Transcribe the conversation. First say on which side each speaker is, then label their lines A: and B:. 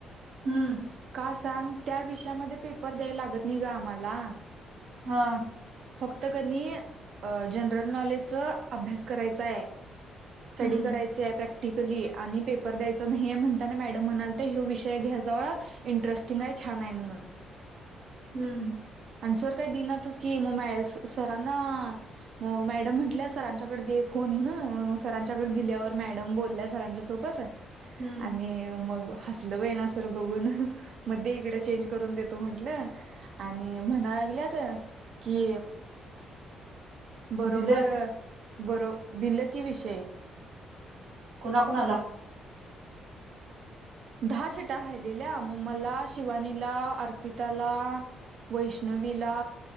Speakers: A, on the right (about 80°); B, on the right (about 60°).
A: हम्म
B: हा सांग त्या विषयामध्ये पेपर द्याय लागत नाही गं आम्हाला.
A: हा
B: फक्त कनी जनरल नॉलेज च अभ्यास करायचा आहे स्टडी
A: हम्म
B: करायच आहे प्रॅक्ट. प्रॅक्टिकली आणि पेपर द्यायच नाहीये म्हणता. मॅडम म्हण्यालत्या तो विषय घे जो, इंटरेस्टिंग आहे, छान आहे म्हणून.
A: हम्म
B: आणि सर काही दिनाच की मग म सरांना मग मॅडम म्हंटल्या सरांच्याकडे दे फोन. सरांच्याकडे दिल्यावर मॅडम बोलल्या सरांच्या सोबत
A: हम्म
B: आणि मग हसलं बायिना सर बघून मग दे इकड चेंज करून देतो म्हटलं आणि म्हणा लागल्यात कि बरोबर
A: दिलं
B: बरो दिलं की विषय
A: कुणाकुणाला
B: दहा सीट राहिलेल्या मग मला शिवानीला अर्पिताला वैष्ण विला